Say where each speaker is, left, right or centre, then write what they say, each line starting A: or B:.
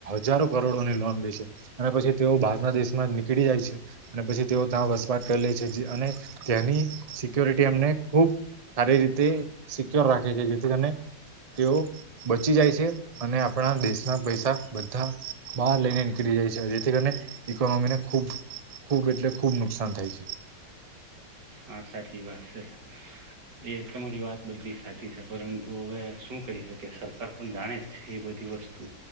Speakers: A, on the right (about 35°); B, on the right (about 70°).
A: હજારો કરોડો ની લોન લે છે અને પછી તેઓ બારના. દેશમાં નીકળી જાય છે અને પછી તેઓ ત્યાં વસવાટ કરી લે છે અને તેની સિક્યોરિટી એમ. ખ સારી રીતે સિક્યોર રાખે છે જેથી કરી તેઓ પચી જાય છે અને આપણા દેશના પૈસા બધા બહાર લઈને નીકળી જાય છે જેથી કરીને ઈકોનોમી ને ખુબ ખૂબ એટલે ખુબ નુકસાન થાય છે.
B: હા સાચી વાત છે. એ તમારી વાત બધલી સાચી છે પરંતુ હવે શું કરી શકે સરકાર પણ જાણે જ છે એ બધી વસ્તુ